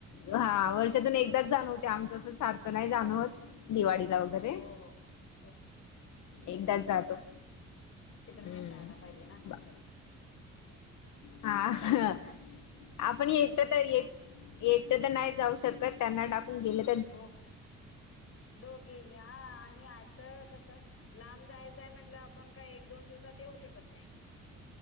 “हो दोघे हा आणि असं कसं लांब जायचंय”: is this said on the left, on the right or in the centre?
Left